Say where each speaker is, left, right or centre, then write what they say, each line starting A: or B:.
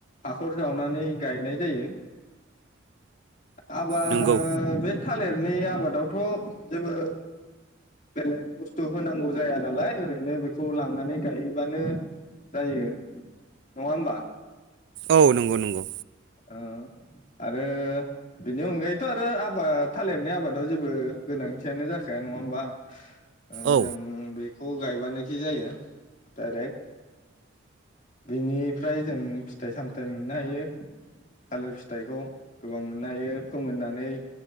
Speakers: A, on the left (about 40°); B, on the right (about 65°).
A: हाखर जावनानै गायनाय जायो। आबा
B: नंगौ
A: बे थालेर नि आबादावथ' जेबो बेलेग बुस्थु होनांगौ जाया नालाय ओरैनो बेखौ लांनानै गायहैबानो जायो। नङा होनबा?
B: औ नंगौ नंगौ।
A: ओ आरो बेनि अनगायैथ' आरो आबाद थालिरनि आबादाव जेबो गोनांथियानो जाखाया नङा होमबा? ओ
B: औ
A: जों बे खौ गायबानोखि जायो डाइरेक्ट बिनिफ्राय जों फिथाइ सामथायाइ मोननो हायो। थालिर फिथाइखौ गोबां मोननो हायो फोमोननानै